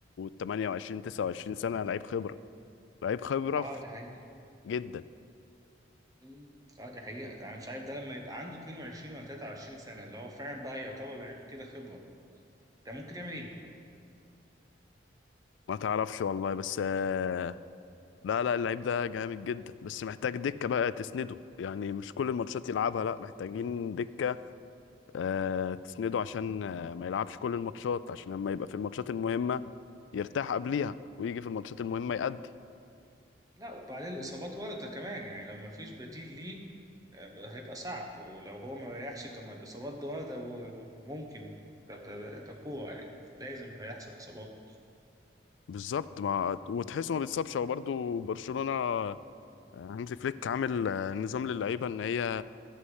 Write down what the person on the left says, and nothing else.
28 29 سنه لعيب خبره لعيب خبره
في-
جدا
ما تعرفش والله بس آه، لا لا اللعيب ده جامد جدا بس محتاج دكه بقى تسنده يعني مش كل الماتشات يلعبها لا محتاجين دكه آه، تسنده عشان آه، ما يلعبش كل الماتشات عشان لما يبقى في الماتشات المهمة يرتاح قبليها ويجي في الماتشات المهمة يأدي
بالظبط ما وتحسه ما بيتصابش هو برضه برشلونة آه، هانزي فليك عامل آه، نظام للعيبة ان هي